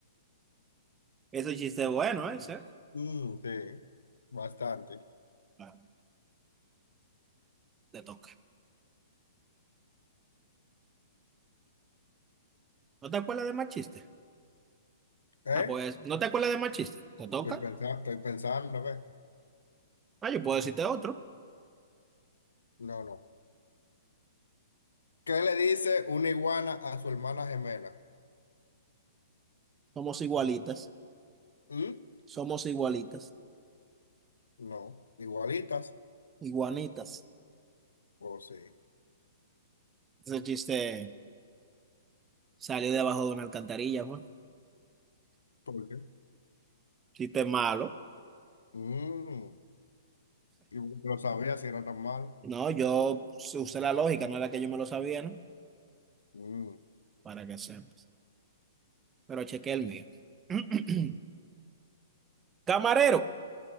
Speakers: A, on the right; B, on the left.
A: Ese es un chiste bueno, ¿eh? ese.
B: Mm, sí, bastante.
A: Ah, te toca. ¿No te acuerdas de más chiste?
B: ¿Eh?
A: Ah, pues, ¿no te acuerdas de más chiste? ¿Te toca?
B: Estoy pensando, estoy pensando, ¿ves?
A: Ah, yo puedo decirte otro.
B: No, no. ¿Qué le dice una iguana a su hermana gemela?
A: Somos igualitas,
B: ¿Mm?
A: somos igualitas,
B: No, igualitas.
A: iguanitas.
B: O sí.
A: Ese chiste salió debajo de una alcantarilla, fue.
B: ¿Por qué?
A: Chiste malo.
B: Mm, y porque lo sabía si era tan malo.
A: No, yo usé la lógica, no era que yo me lo sabía, ¿no?
B: Mm.
A: Para que sepas. Pero chequé el mío. <clears throat> Camarero,